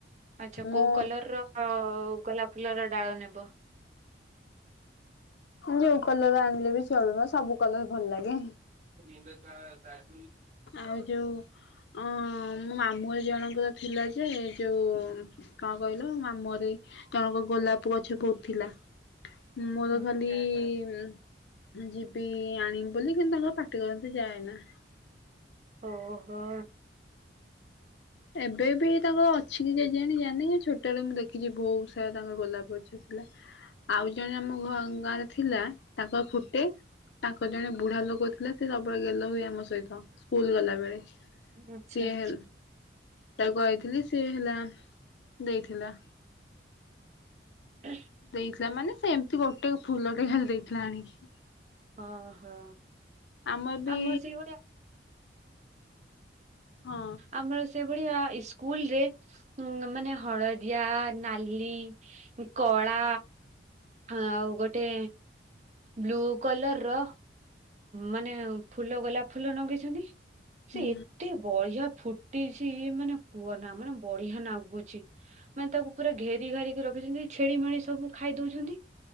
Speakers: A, on the right; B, on the left.
A: ଆଚ୍ଛା
B: ମୁଁ
A: କୋଉ କଲରର ଗୋଲାପ ଫୁଲର ଡ଼ାଳ ନେବ?
B: ଯୋଉ କଲର ଆଣିଲେ ବି ଚଳିବ ସବୁ କଲର ଭଲ ଲାଗେ।
A: <inaudible>
B: ଆଉ ଯୋଉ ଅ ମୋ ମାମୁଁର ଜଣଙ୍କର ଥିଲା ଯେ ଯୋଉ କଣ କହିଲ ମାମୁଁ ଘରେ ଜଣଙ୍କ ଗୋଲାପ ଗଛ ବହୁତ ଥିଲା। ମୋର
A: ଆଚ୍ଛା
B: ଖାଲି ଉଁ ଯିବି ଆଣିବି ବୋଲି କିନ୍ତୁ ତାଙ୍କର ପାଟି କରନ୍ତି ଯାଏନା।
A: ଓହୋ।
B: ଏବେ ବି ତାଙ୍କର ଅଛି କି ଯାଇ ଜାଣିନି ଛୋଟବେଳେ ମୁଁ ଦେଖିଛି ବହୁତ୍ ସାରା ତାଙ୍କ ଗୋଲାପ ଗଛ ଥିଲା। ଆଉ ଜଣେ ଆମ ଗାଁରେ ଥିଲା ତାଙ୍କର ଫୁଟେ ତାଙ୍କର ଜଣେ ବୁଢା ଲୋକ ଥିଲା ସେ ସବୁବେଳେ ଗେଲ ହୁଏ ଆମ ସହିତ ସ୍କୁଲ ଗଲା ବେଳେ।
A: ଆଚ୍ଛା।
B: ସିଏ ହେ ତାକୁ କହିଥିଲି ସିଏ ହେଲା ଦେଇଥିଲା।
A: ହ।
B: ଦେଇଥିଲା ମାନେ ସେ ଏମିତି ଗୋଟେ ଫୁଲଟେ ଖାଲି ଦେଇଥିଲା ଆଣିକି।
A: ହଁ ହଁ
B: ଆମର ବି
A: ଆ ମୁଁ ସେଇଭଳିଆ
B: ହଁ
A: ଆମର ସେଇଭଳିଆ ସ୍କୁଲରେ ମାନେ ହଳଦିଆ ନାଲି କଳା ଆଉ ଗୋଟେ ବ୍ଲୁ କଲର ର ମାନେ ଫୁଲ ଗୋଲାପ ଫୁଲ ଲଗେଇଛନ୍ତି
B: ହୁଁ
A: ସେ ଏତେ ଏତେ ବଢ଼ିଆ ଫୁଟିଛି ମାନେ କୁହନା ମାନେ ବଢ଼ିଆ ନାଗୁଛି। ମାନେ ତାକୁ ପୁରା ଘେରି ଘାରିକି ରଖିଛନ୍ତି ଛେଳି ମେଳି ସବୁ ଖାଇ ଦଉଛନ୍ତି।